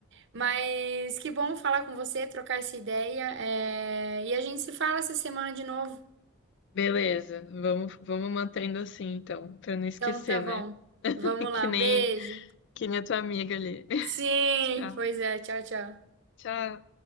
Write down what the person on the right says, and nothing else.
Mas que bom falar com você, trocar essa ideia, é, e a gente se fala essa semana de novo.
Então tá bom,
vamos lá,
um beijo.
Sim,
pois é, tchau, tchau.